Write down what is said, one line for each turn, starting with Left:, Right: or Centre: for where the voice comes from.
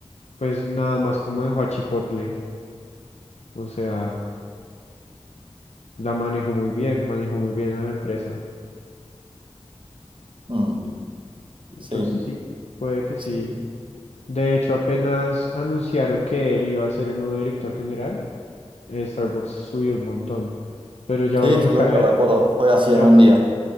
Left: pues nada más como dejó a Chipotle. O sea, la manejó muy bien, manejó muy bien a la empresa.
Right: Mm, Sí,
Left: Entonces sí, puede que
Right: Sí.
Left: sí. De hecho, apenas anunciaron que él iba a ser el nuevo director general, eh, Starbucks subió un montón, pero ya
Right: sí,
Left: volvió
Right: sí,
Left: a caer.
Right: lo, lo recuerdo. Fue así
Left: Ya
Right: en un día.